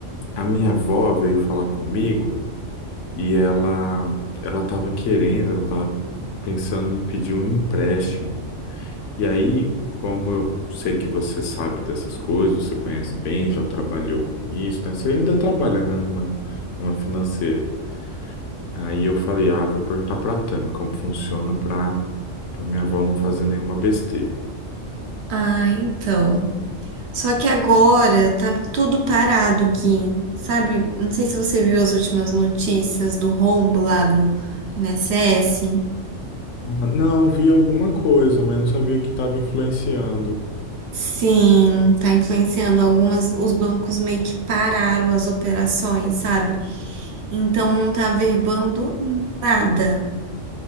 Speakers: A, on the left; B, on the right.
A: a minha avó veio falar comigo e ela ela tava querendo, ela tava pensando em pedir um empréstimo. E aí, como eu sei que você sabe dessas coisas, você conhece bem, já trabalhou com isso, né? Você ainda trabalha, né, numa numa financeira. Aí eu falei, ah, vou perguntar pra Tami como funciona pra, pra minha avó não fazer nenhuma besteira.
B: Ah, então. Só que agora tá tudo parado, Gui. Sabe? Não sei se você viu as últimas notícias do rombo lá no INSS.
A: Ah, Não, vi alguma coisa, mas não sabia que estava influenciando.
B: Sim, tá influenciando algumas. Os bancos meio que pararam as operações, sabe? Então não tá verbando nada.